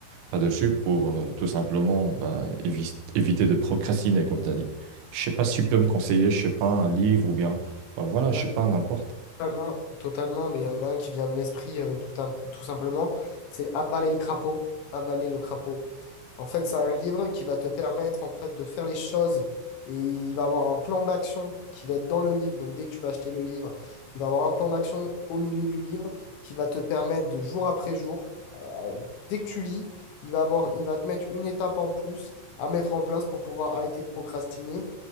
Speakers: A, on the right; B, on the left.
A: là-dessus pour euh, tout simplement bah, évi- éviter de procrastiner, comme tu as dit. Je sais pas si tu peux me conseiller, je sais pas, un livre ou bien, bah, voilà, je
B: mhm.
A: sais pas, n'importe.
B: Totalement, totalement, mais il y en a un qui vient de l'esprit euh, tout, un- tout simplement, c'est avaler le crapaud, avaler le crapaud. En fait, c'est un livre qui va te permettre en fait de faire les choses et il va avoir un plan d'action qui va être dans le livre. Donc dès que tu vas acheter le livre, il va avoir un plan d'action au milieu du livre qui va te permettre de jour après jour, euh, dès que tu lis, il va avoir, il va te mettre une étape en plus à mettre en place pour pouvoir arrêter de procrastiner